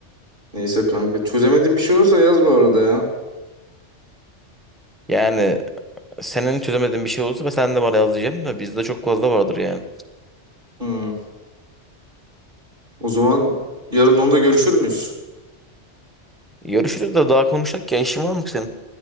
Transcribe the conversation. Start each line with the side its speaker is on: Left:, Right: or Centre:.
Right: Neyse kanka. Çözemediğin bir şey olursa yaz bu arada ya.
Centre: Yani senin çözemediğin bir şey olursa ben sen de bana yaz diyeceğim de bizde çok fazla vardır yani.
Right: Hmm. O zaman yarın onda görüşür müyüz?
Centre: Görüşürüz de daha konuşacak ya işin var mı senin?